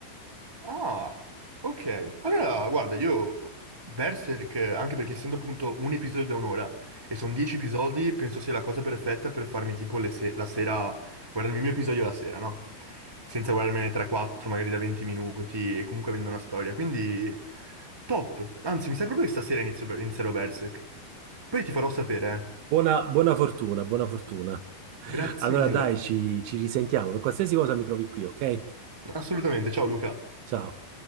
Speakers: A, in the centre; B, on the right.
A: Ah, ok. Allora, guarda, io Berserk, anche perché essendo appunto un episodio da un'ora e sono dieci episodi, penso sia la cosa perfetta per farmi tipo le se- la sera, guardarmi il mio episodio la sera, no? senza guardarmene 3-4 magari da 20 minuti e comunque avendo una storia. Quindi top. Anzi, mi sa proprio che stasera inizio, per- inizierò Berserk. Poi ti farò sapere, eh.
B: Buona, buona fortuna, buona fortuna.
A: Grazie
B: Allora
A: mille.
B: dai, ci, ci risentiamo. Per qualsiasi cosa mi trovi qui, ok?
A: Assolutamente, ciao Luca.
B: Ciao.